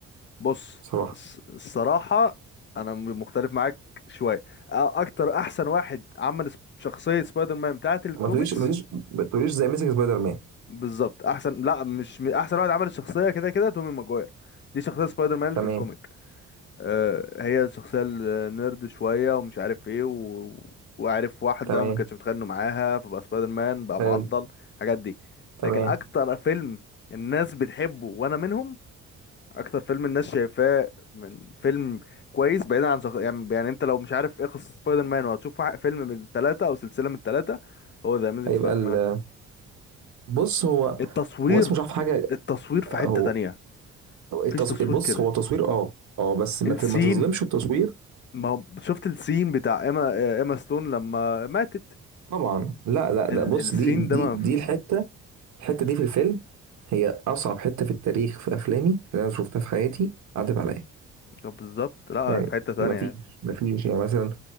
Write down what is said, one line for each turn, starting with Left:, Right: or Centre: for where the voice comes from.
Left: بص
Right: بصراحه
Left: الص- الصراحة أنا م- مختلف معاك شوية أ- أكتر أحسن واحد عمل سب- شخصية سبايدر مان بتاعة الكوميكس
Right: ما تقوليش ما تقوليش ما تقوليش زي اميزنج سبايدر مان
Left: بالظبط احسن لا مش م- احسن واحد عمل الشخصيه كده كده تومي ماجواير دي شخصيه سبايدر مان اللي
Right: تمام
Left: في الكوميك آه هي الشخصيه النيرد شويه ومش عارف ايه و... وعارف واحده
Right: تمام
Left: ما كانش متخانق معاها فبقى سبايدر مان بقى
Right: حلو
Left: معضل الحاجات دي
Right: تمام
Left: لكن اكتر فيلم الناس بتحبه وانا منهم اكتر فيلم الناس شايفاه من فيلم كويس بعيدا عن شخص... يعني... يعني انت لو مش عارف ايه قصه سبايدر مان وهتشوف واحد- فيلم من الثلاثه او سلسله من الثلاثه هو ذا اميزنج
Right: هيبقى
Left: سبايدر
Right: ال...
Left: مان
Right: بص هو
Left: التصوير
Right: هو اسمه مش عارف حاجه
Left: التصوير في حتة
Right: هو
Left: تانية
Right: هو
Left: مفيش
Right: التص...
Left: تصوير
Right: بص
Left: كده
Right: هو تصوير اه اه بس ما
Left: السين
Right: ت- ما تظلمش التصوير
Left: ما شفت السين بتاع ايما ايما ستون لما ماتت
Right: طبعا لا لا لا
Left: ال...
Right: بص
Left: السين
Right: دي دي
Left: ده ما
Right: دي الحته الحته دي في الفيلم هي اصعب حته في التاريخ في افلامي اللي انا شفتها في حياتي عدت عليا
Left: بالظبط لا
Right: يعني
Left: في حتة تانية
Right: ما فيش
Left: يعني
Right: ما فيش يعني مثلا